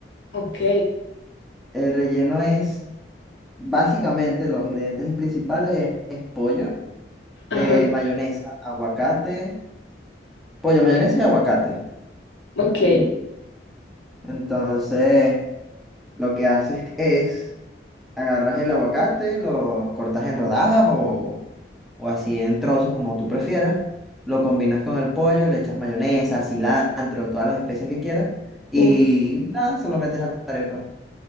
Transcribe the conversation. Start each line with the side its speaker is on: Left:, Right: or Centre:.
Left: ok,
Centre: El relleno es básicamente los ingredientes principales es es pollo.
Left: ajá,
Centre: eh, mayonesa, aguacate, pollo, mayonesa y aguacate.
Left: ok.
Centre: Entonces, lo que haces es agarras el aguacate, lo cortas en rodajas o, o así en trozos como tú prefieras, lo combinas con el pollo, le echas mayonesa, cilantro, todas las especias que quieras y
Left: Uf,
Centre: nada, se lo metes a la arepa.